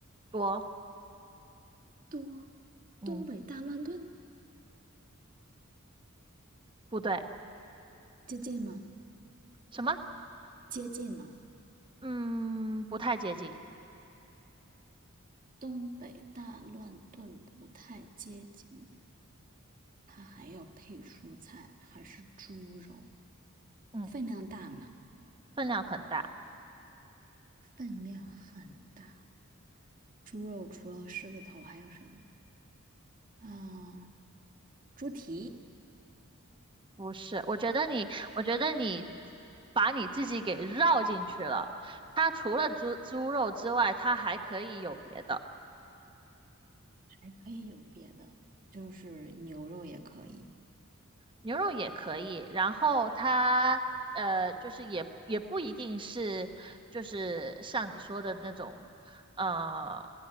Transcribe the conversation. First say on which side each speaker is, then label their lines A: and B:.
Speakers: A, on the right (about 25°); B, on the right (about 40°).
A: 多。
B: 多。
A: 嗯，
B: 东北大乱炖
A: 不对，
B: 接近吗？
A: 什么？
B: 接近吗？
A: 嗯，不太接近。
B: 东北大乱炖不太接近，它还要配蔬菜，还是猪肉，
A: 嗯，
B: 分量大吗？
A: 分量很大。
B: 分量很大。猪肉除了狮子头还有什么？啊、猪蹄
A: 不是，我觉得你，我觉得你把你自己给绕进去了。它除了猪猪肉之外，它还可以有别的，
B: 还可以有别的，就是牛肉也可以。
A: 牛肉也可以。然后它呃，就是也也不一定是，就是像你说的那种，呃，